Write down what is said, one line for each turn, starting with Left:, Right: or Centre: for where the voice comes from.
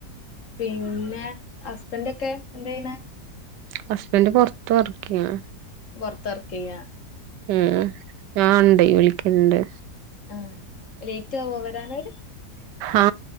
Left: പിന്നെ ഹസ്ബൻന്റ് ഒക്കെ എന്താ ചെയ്യ്ണെ
Right: ഹസ്ബൻഡ് പൊർത്ത് വർക്കയ്യാണ്
Left: പൊർത്ത് വർക്കയ്യാ
Right: ഉം ഉം ആ ഇണ്ടെ വിളിക്കൽണ്ട്
Left: ആഹ് ലൈറ്റ് ആവോ വരാനയ്‌ത്
Right: ആ